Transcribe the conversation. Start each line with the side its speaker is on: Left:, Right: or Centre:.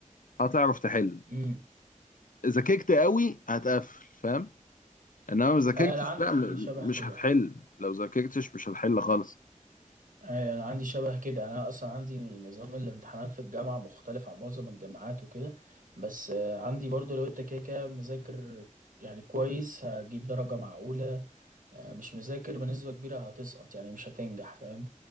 Left: هتعرف تحل
Right: امم
Left: ذاكرت قوي هتقفل فاهم انما ما ذاكرتش
Right: انا عندي
Left: لا م-
Right: شبه
Left: مش
Right: كده
Left: هتحل لو ذاكرتش مش هتحل خالص
Right: أي أنا عندي شبه كده أنا أصلا عندي نظام الامتحانات في الجامعة مختلف عن معظم الجامعات وكده بس آه، عندي برضو لو أنت كده كده مذاكر يعني كويس هجيب درجة معقولة آه، مش مذاكر بنسبة كبيرة هتسقط يعني مش هتنجح فاهم